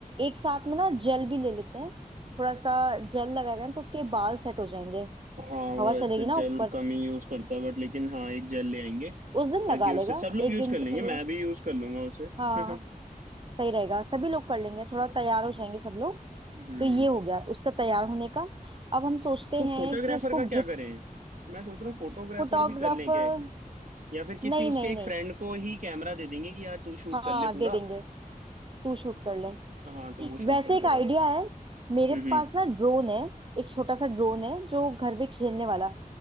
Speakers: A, on the right; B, on the right.
A: एक साथ में ना जेल भी ले लेते हैं थोड़ा सा जेल लगाएगा ना तो उसके बाल सेट हो जाएंगे
B: हाँ वो
A: हवा
B: ऐसे
A: चलेगी ना
B: जेल
A: ऊपर
B: कम ही यूज करता है बट लेकिन हाँ एक जेल ले आएंगे
A: उस दिन
B: ताकि
A: लगा लेगा
B: उससे सब लोग
A: एक
B: यूज
A: दिन
B: कर
A: के
B: लेंगे मैं
A: लिए
B: भी यूज कर लूंगा उसे <laughs>
A: हाँ सही रहेगा सभी लोग कर लेंगे थोड़ा तैयार हो जाएंगे सब लोग
B: हम्म
A: तो ये हो गया उसका तैयार होने का अब हम सोचते
B: तो
A: हैं
B: फोटोग्राफर
A: कि उसको
B: का क्या
A: गिफ्ट
B: करें मैं सोच रहा हूँ फोटोग्राफर
A: फोटोग्राफर
B: भी कर लें क्या या फिर किसी
A: नहीं
B: उसके
A: नहीं
B: एक
A: नहीं
B: फ्रेंड को ही कैमरा दे देंगे कि यार तू शूट
A: हाँ
B: कर ले पूरा
A: दे देंगे तू शूट कर ले
B: हाँ तो वो शूट
A: वैसे
B: कर लेगा
A: एक आइडिया है मेरे
B: हम्म हम्म
A: पास ना ड्रोन है एक छोटा सा ड्रोन है जो घर पे खेलने वाला